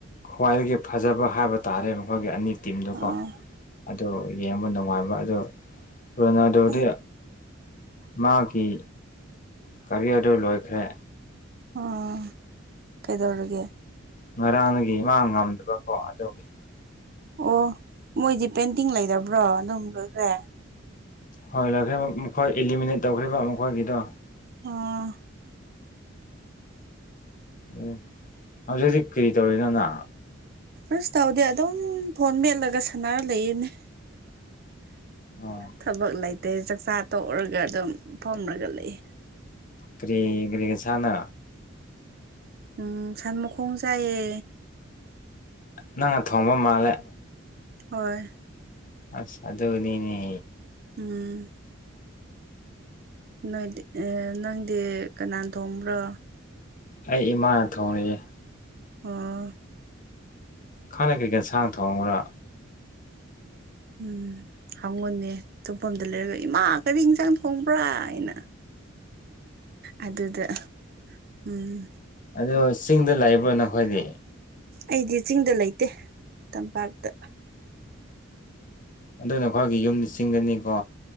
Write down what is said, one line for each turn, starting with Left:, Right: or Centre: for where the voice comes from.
Left: ꯈ꯭ꯋꯥꯏꯗꯒꯤ ꯐꯖꯕ ꯍꯥꯏꯕ ꯇꯥꯔꯦ ꯃꯈꯣꯏꯒꯤ ꯑꯅꯤ ꯇꯤꯝꯗꯨꯀꯣ
Right: ꯑꯣ
Left: ꯑꯗꯣ ꯌꯦꯡꯕ ꯅꯨꯡꯉꯥꯏꯕ ꯑꯗꯣ ꯔꯣꯅꯥꯗꯣꯗꯤ
Right: ꯑꯩ
Left: ꯃꯥꯒꯤ ꯀꯔꯤꯌꯔꯗꯨ ꯂꯣꯏꯈ꯭ꯔꯦ
Right: ꯑꯣ ꯀꯩꯗꯧꯣꯔꯒꯦ
Left: ꯉꯔꯥꯡꯅꯒꯤ ꯏꯃꯥꯡ ꯉꯝꯗꯕꯀꯣ ꯑꯗꯨꯒꯤ
Right: ꯑꯣ ꯃꯣꯏꯗꯤ ꯄꯦꯟꯇꯤꯡ ꯂꯩꯕ꯭ꯔꯣ ꯑꯗꯨꯝ ꯂꯣꯏꯈ꯭ꯔꯦ
Left: ꯍꯣꯏ ꯂꯈ꯭ꯔꯦ ꯃꯈꯣꯏ ꯑꯦꯂꯤꯃꯤꯅꯦꯠ ꯇꯧꯈ꯭ꯔꯤꯕ ꯃꯈꯣꯏꯒꯤꯗꯣ
Right: ꯑꯥ
Left: ꯎꯝ ꯍꯧꯖꯤꯛ ꯍꯧꯖꯤꯛ ꯀꯔꯤ ꯇꯧꯔꯤꯅꯣꯅ
Right: ꯑꯁ ꯇꯧꯗꯦ ꯑꯗꯨꯝ ꯐꯣꯟ ꯃꯦꯦꯜꯂꯒ ꯁꯥꯟꯅꯔ ꯂꯩꯔꯤꯅꯦ
Left: ꯑꯣ
Right: ꯊꯕꯛ ꯂꯩꯇꯦ ꯆꯥꯛꯆꯥ ꯇꯣꯛꯔꯒ ꯑꯗꯨꯝ ꯐꯝꯔꯒ ꯂꯩ
Left: ꯀꯔꯤ ꯀꯔꯤꯒ ꯁꯅ
Right: ꯎꯝ ꯁꯥꯟꯃꯨꯈꯣꯡꯖꯌꯦ
Left: ꯅꯪꯅ ꯊꯣꯡꯕ ꯃꯥꯜꯂꯦ
Right: ꯍꯣꯏ
Left: ꯑꯁ ꯑꯗꯨ ꯑꯗꯨꯅꯤꯅꯦ
Right: ꯎꯝ ꯅꯣꯏꯗꯤ ꯅꯪꯗꯤ ꯀꯅꯥ ꯊꯣꯡꯕ꯭ꯔꯣ
Left: ꯑꯩ ꯏꯃꯥꯅ ꯊꯣꯡꯉꯌꯦꯦ
Right: ꯑ
Left: ꯈꯥꯟꯅ ꯀꯩꯀꯦꯟ ꯁꯥꯡ ꯊꯣꯡꯕ꯭ꯔꯥ
Right: ꯎꯝ ꯍꯥꯡꯉꯨꯅꯦ ꯇꯨꯝꯐꯝꯗ ꯂꯩꯔꯒ ꯏꯃꯥ ꯀꯔꯤ ꯏꯟꯁꯥꯡ ꯊꯣꯡꯕ꯭ꯔꯥ ꯍꯥꯏꯅ ꯑꯗꯨꯗ ꯎꯝ
Left: ꯑꯣ ꯆꯤꯡꯗ ꯂꯩꯕ꯭ꯔꯣ ꯅꯈꯣꯏꯗꯤ
Right: ꯑꯩꯗꯤ ꯆꯤꯡꯗ ꯂꯩꯇꯦ ꯇꯝꯄꯥꯛꯇ
Left: ꯑꯗꯨꯅ ꯑꯩꯈꯣꯏꯒꯤ ꯌꯨꯝꯗ ꯆꯤꯡꯒꯅꯤꯀꯣ